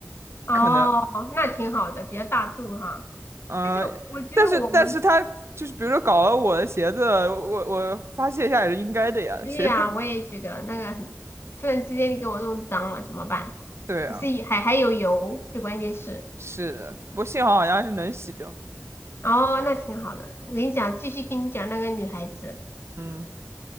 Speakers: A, on the left; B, on the right.
A: 哦，
B: 可能，
A: 那挺好的，比较大度哈。
B: 呃，
A: 但是我觉得我们。
B: 但是但是他就是比如说搞了我的鞋子，我我发泄一下也是应该的呀，
A: 对呀，
B: 谁让？<laughs>
A: 我也觉得那个很，突然之间你给我弄脏了怎么办？
B: 对啊，
A: 还是还还有油，最关键是，
B: 是的，不过幸好好像是能洗掉，
A: 哦，那挺好的。我跟你讲，继续跟你讲那个女孩子，
B: 嗯，